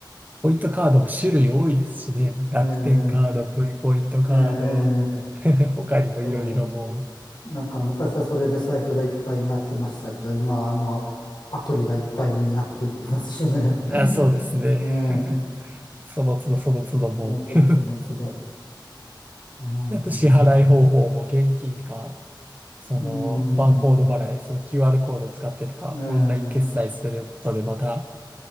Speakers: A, on the right (about 20°); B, on the left (about 70°).
A: ポイントカードも種類多いですしね。もう楽天カード、
B: え。え
A: V ポイントカード、
B: えええ
A: <laughs> 他にもいろいろもう。
B: そう。なんか昔はそれで財布がいっぱいになってましたけど、今はあのアプリがいっぱいになっていってますしね。<laughs>
A: あ、そうですね。
B: ねえ。
A: その都度その都度もう、
B: その都度その都度。うん。
A: <laughs> あと支払い方法も現金か、
B: う
A: そのバーコード払い、
B: ーん。
A: その QR コードを使ってとか、
B: え
A: オンライン決済するとでまた